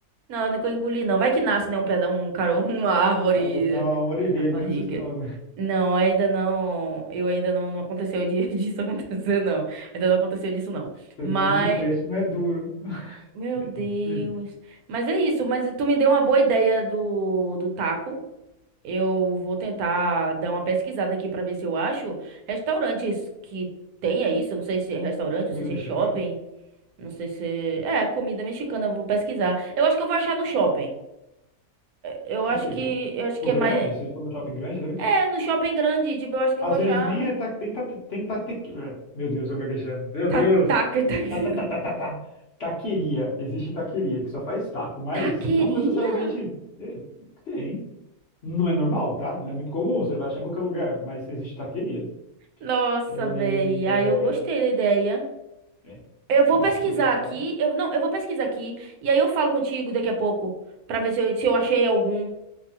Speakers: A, on the right; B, on the left.
A: Não, eu nunca engoli não. Vai que nasce, né, um peda um caro, <laughs> uma árvore
B: Vai nascer uma uma oliveira
A: na barriga.
B: dentro do seu estômago.
A: Não, ainda não. Eu ainda não, não aconteceu de, <laughs> disso acontecer não. Ainda não aconteceu disso não.
B: Pelo
A: Mas
B: menos o chiclete não é duro. <laughs>
A: Meu Deus.
B: Engolir.
A: Mas é isso, mas tu me deu uma boa ideia do, do taco. Eu vou tentar dar uma pesquisada aqui pra ver se eu acho restaurantes que tenha isso. Eu não sei se é restaurante,
B: Comida
A: não sei se
B: mexicana?
A: é shopping, não sei se é, é comida mexicana, eu vou pesquisar. Eu acho que eu vou achar no shopping. Eu acho
B: Possível.
A: que eu acho
B: Se for
A: que
B: grande,
A: é mais
B: se for num shopping grande, deve ter.
A: é no shopping grande, tipo, eu acho que
B: Às
A: eu vou achar
B: vezes nem é ta, tem ta, tem ta, tequila. Meu Deus, eu vou gaguejar. Meu
A: Ta-
B: Deus!
A: taca, taca.
B: Ta, ta,
A: <laughs>
B: ta, ta, ta, ta. Taqueria. Existe taqueria, que só faz taco, mas
A: Taqueria?
B: não necessariamente é, tem. Não é normal, tá? Não é muito comum, você vai achar em qualquer lugar, mas existe taqueria.
A: Nossa,
B: É,
A: velho.
B: é,
A: Aí eu gostei da ideia.
B: é.
A: Eu vou
B: se você
A: pesquisar
B: puder achar,
A: aqui. Eu não, eu vou pesquisar aqui e aí eu falo contigo daqui a pouco pra ver se eu, se eu achei algum.